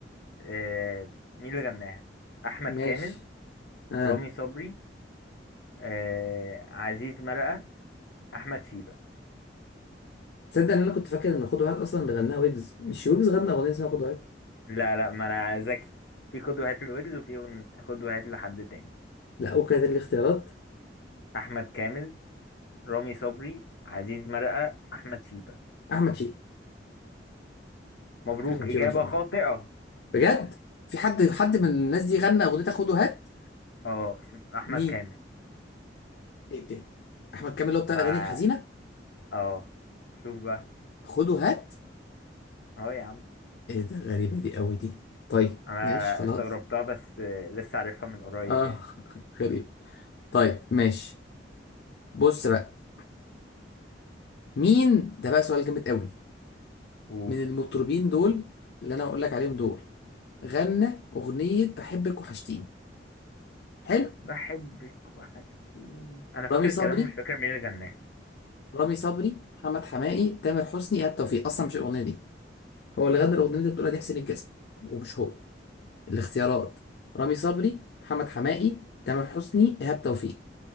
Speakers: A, on the left; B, on the left.
A: أه مين اللي غناها احمد
B: ماشي
A: كامل
B: اه
A: رامي صبري أه عزيز مرقه احمد شيبه
B: تصدق ان انا كنت فاكر ان خد واحد اصلا اللي غناها ويجز مش ويجز غنى اغنيه اسمها خد واحد
A: لا لا ما انا ذكي في قدوة هاتل ويجز وفي أغن- قدوة هاتل لحد تاني
B: لا اوكي ده الاختيارات
A: احمد كامل رامي صبري عزيز مرقة احمد شيبة
B: احمد شيبة
A: مبروك
B: احمد
A: اجابة
B: شيبة ان شاء
A: خاطئة
B: الله بجد في حد حد من الناس دي غنى اغنيه خد وهات
A: اه اسم- احمد
B: مين
A: كامل
B: ايه ده احمد كامل اللي هو بتاع
A: ما
B: الاغاني الحزينه
A: اه شوف بقى
B: خد وهات
A: اهو يا عم
B: ايه ده غريبه دي قوي دي طيب
A: انا
B: ماشي خلاص
A: استغربتها بس آه، لسه عارفها من قريب
B: اه
A: يعني
B: <laughs> غريب طيب ماشي بص بقى مين ده بقى سؤال جامد قوي
A: قول
B: من المطربين دول اللي انا هقول لك عليهم دول غنى اغنية بحبك وحشتيني حلو
A: بحبك وحشتيني انا فاكر
B: رامي
A: الكلام
B: صبري
A: مش فاكر مين اللي غناه
B: رامي صبري محمد حماقي تامر حسني ايهاب توفيق اصلا مش الاغنية دي هو اللي غنى الاغنية اللي بتقولها دي حسين الجسمي ومش هو الاختيارات رامي صبري محمد حماقي تامر حسني ايهاب توفيق